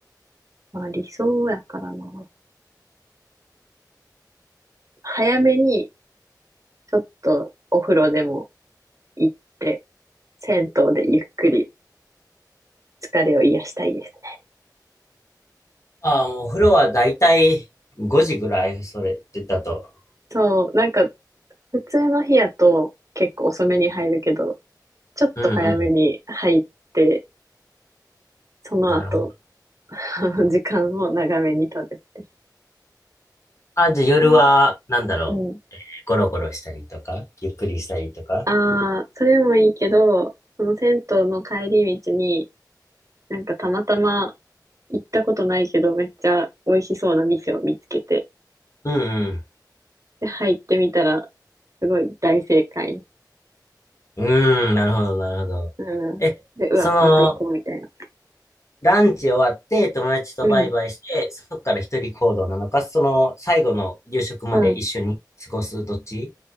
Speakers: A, on the right (about 45°); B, on the left (about 45°).
A: まあ理想やからな。早めにちょっとお風呂でも行って、銭湯でゆっくり疲れを癒したいですね。
B: ああ、もうお風呂はだいたい5時ぐらい、それってだと。
A: そう、なんか普通の日やと結構遅めに入るけど、ちょっと早めに入って、
B: うん
A: その後、
B: うん。なるほど。
A: <laughs> 時間を長めに取るってい
B: あ、じゃあ夜は、
A: うね。
B: なんだろう。
A: うん。
B: ゴロゴロしたりとか、ゆっくりしたりとか。
A: ああ、それもいいけど、その銭湯の帰り道に、なんかたまたま行ったことないけど、めっちゃ美味しそうな店を見つけて、
B: うん
A: で、入ってみたら、すごい大正解。
B: うん。うーん、なるほど、なるほど。
A: うん。
B: え、
A: で、うわ、
B: その、
A: また行こうみたいな。
B: ランチ終わって、友達とバイバイして、
A: うん。
B: そこから一人行動なのか、その最後の夕食まで一緒に過ごすどっち
A: うん。